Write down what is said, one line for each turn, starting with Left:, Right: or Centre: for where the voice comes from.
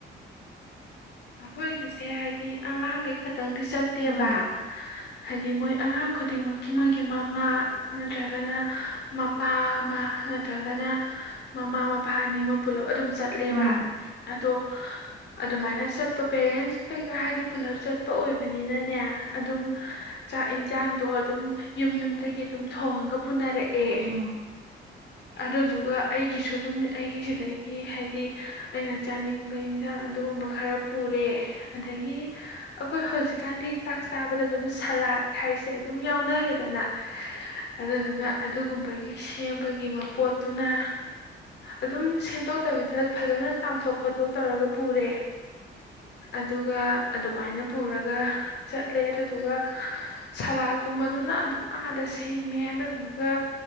Left: ꯑꯩꯈꯣꯏꯒꯤꯁꯦ ꯍꯥꯏꯗꯤ ꯑꯉꯥꯡꯈꯩ ꯈꯤꯇꯪꯗꯤ ꯆꯠꯇꯦꯕ
Right: ꯑꯥ
Left: ꯍꯥꯏꯗꯤ ꯃꯣꯏ ꯑꯉꯥꯡ ꯈꯨꯗꯤꯡꯃꯛꯀꯤ ꯃꯣꯏꯒꯤ ꯃꯃꯥ ꯅꯠꯇ꯭ꯔꯒꯅ ꯃꯄꯥ ꯑꯃ ꯅꯠꯇ꯭ꯔꯒꯅ ꯃꯃꯥ ꯃꯄꯥ ꯑꯅꯤ ꯃꯛ ꯄꯨꯂꯞ ꯑꯗꯨꯝ ꯆꯠꯂꯦꯕ
Right: ꯑꯥ
Left: ꯑꯗꯣ ꯑꯗꯨꯃꯥꯏꯅ ꯆꯠꯄ ꯄꯦꯔꯦꯟꯁ ꯀꯩꯀꯥ ꯍꯥꯏꯗꯤ ꯄꯨꯂꯞ ꯆꯠꯄ ꯑꯣꯏꯕꯅꯤꯅꯅꯦ ꯑꯗꯨꯝ ꯆꯥꯛ ꯌꯦꯟꯁꯥꯡꯗꯣ ꯑꯗꯨꯝ ꯌꯨꯝ ꯌꯨꯝ ꯊꯩ ꯒꯤ ꯑꯗꯨꯝ ꯊꯣꯉꯒ ꯄꯨꯅꯔꯛꯑꯦ
Right: ꯑꯥ
Left: ꯑꯗꯨꯗꯨꯒ ꯑꯩꯒꯤꯁꯨ ꯑꯗꯨꯝ ꯑꯩꯒꯤꯁꯤꯗꯒꯤ ꯍꯥꯏꯗꯤ ꯑꯩꯅ ꯆꯥꯅꯤꯡ ꯄꯩꯅ ꯌꯦꯟꯁꯥꯡ ꯑꯗꯨꯒꯨꯝꯕ ꯈꯔ ꯄꯨꯔꯦ ꯑꯗꯒꯤ ꯑꯩꯈꯣꯏ ꯍꯧꯖꯤꯛꯀꯥꯟꯗꯤ ꯆꯥꯛ ꯆꯥꯕꯗ ꯑꯗꯨꯝ ꯁꯂꯥꯠ ꯈꯥꯏꯁꯦ ꯑꯗꯨꯝ ꯌꯥꯎꯅꯔꯦꯗꯅ ꯑꯗꯨꯗꯨꯅ ꯑꯗꯨꯒꯨꯝꯕꯒꯤ ꯁꯦꯝꯕꯒꯤ ꯃꯄꯣꯠꯇꯨꯅ ꯑꯗꯨꯝ ꯁꯦꯝꯗꯣꯛꯇꯕꯤꯗ ꯐꯖꯅ ꯆꯥꯝꯊꯣꯛ ꯈꯣꯠꯇꯣꯛ ꯇꯧꯔꯒ ꯄꯨꯔꯦ ꯑꯗꯨꯒ ꯑꯗꯨꯃꯥꯏꯅ ꯄꯨꯔꯒ ꯆꯠꯂꯦ ꯑꯗꯨꯗꯨꯒ ꯁꯂꯥꯠꯀꯨꯝꯕꯗꯨꯅ ꯑꯗꯨꯝ ꯑꯥꯗ ꯁꯦꯝꯃꯦ ꯑꯗꯨꯗꯨꯒ